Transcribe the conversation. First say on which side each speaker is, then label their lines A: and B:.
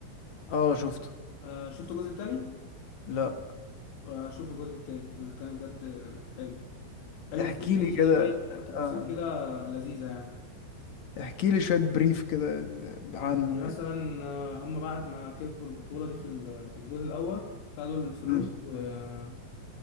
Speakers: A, on the left; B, on the left.
A: اه شفته
B: آه شفت الجزء التاني؟
A: لا
B: آه شوف الجزء التاني الجزء التاني بجد آه، حلو حلو
A: احكي
B: في
A: لي
B: في
A: كده
B: شوية تفاصيل
A: آه
B: كده لذيذة يعني
A: احكي لي شوية بريف كده عنه
B: يعني
A: يعني
B: مثلا آه، هم بعد ما كسبوا البطولة دي في ال- في الجول الأول خدوا الفلوس
A: مم.
B: وخدوا